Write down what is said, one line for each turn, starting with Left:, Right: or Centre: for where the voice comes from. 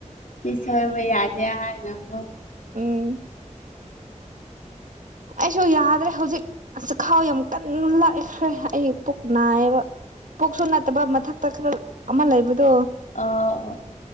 Left: ꯁꯤ ꯁꫭꯏꯕ ꯌꯥꯗꯦ ꯍꯥꯏꯅ ꯑꯣ
Right: ꯎꯝ ꯑꯩꯁꯨ ꯌꯥꯗ꯭ꯔꯦ ꯍꯧꯖꯤꯛ ꯆꯈꯥꯎ ꯌꯥꯝ ꯀꯟꯅ ꯂꯥꯛꯑꯦꯈ꯭ꯔꯦ ꯑꯩ ꯄꯨꯛ ꯅꯥꯏꯌꯦꯕ ꯄꯣꯛꯁꯨ ꯅꯠꯇꯕ ꯃꯊꯛꯇ ꯈꯔ ꯑꯃ ꯂꯩꯕꯗꯣ
Left: ꯑꯥ ꯑꯣ